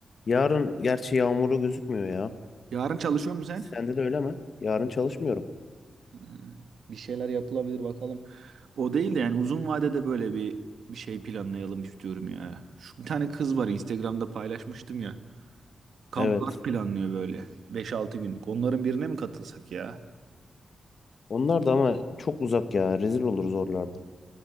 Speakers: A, on the left; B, on the right.
A: yarın gerçi yağmurlu gözükmüyor ya.
B: Yarın çalışıyor musun sen?
A: Sende de öyle mi? Yarın çalışmıyorum.
B: Hmm, Bir şeyler yapılabilir bakalım. O değil de yani uzun vadede böyle bir bir şey planlayalım istiyorum ya. Şu bir tane kız var Instagram'da paylaşmıştım ya. Kamplar
A: Evet.
B: planlıyor böyle beş altı günlük. Onların birine mi katılsak ya?
A: Onlar da ama çok uzak ya. Rezil oluruz oralarda.